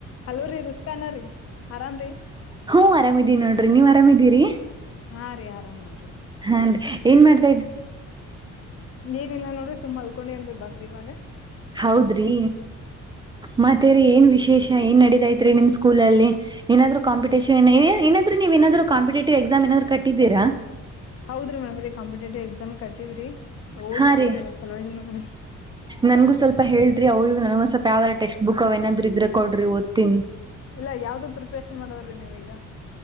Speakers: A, on the left (about 50°); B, on the right (about 15°).
A: Hello ರಿ ರುಸ್ಕಾನಾ ರೀ ಆರಾಮ್ರರಿ
B: ಹ್ಮಅರಮಿದೀನ್ ನೋಡ್ರಿ ನೀವ್ ಆರಾಮಿದೀರಿ
A: ಹ ರಿ ಆರಾಮ್ ನೋ
B: ಹ ಎನ್ ಮಾಡ್
A: ಏನಿಲ್ಲ ನೋಡ್ರಿ ಸುಮ್ಮ್ ಅಲ್ಕೊಂಡೇನ್ರಿ ಬಂದ್ ಇಮಾಗ
B: ಹೌದ್ರಿ ಮತ್ತೇ್ರೀ ಏನ್ ವಿಶೇಷ ಏನ್ ನಡೀತೈತ್ರಿ ನಿಮ್ ಸ್ಕೂಲ್ಲ್ಲಿ ಏನಾದೂ ಕಾಂಪಿಟೇ ಏನಾದ್ರು ನೀವ ಏನಾದ್ರು ಕಾಂಪಿಟೇಟಿವ್ ಎಕ್ಸಾಮ್ ಏನಾದ್ರು ಕಟ್ಟಿದ್ದೀರಾ
A: ಹೌದ್ರಿ ಮೇಡಮ್ ರೀ ಎಕ್ಸಾಮ್ ಕಟ್ಟಿವ್ರಿ ಓದಿತೀರಿ
B: ಹಾ ರೀ
A: ಅದ್ರ ಸಲುವಾಗಿ ನೋರಿ
B: ನನ್ಗೂ ಸ್ವಲ್ಪ ಹೇಳ್ರಿ ಅವವು ನನಗ ಸ್ವಪ ಯಾವಲ್ಲ ಟಕ್ಸ್ಟ್ ಬುಕ್ ಅವ ನಾದ್ರರು ಇದ್ರೆ ಕೊಡರಿ ಓದ್ತಿನಿ
A: ಇಲ್ಲ ಯಾವ್ದು ಪ್ರಿಪ್ರೇಷನ್ ಮಾಡವರ್ರಿ ನೀವೀಗ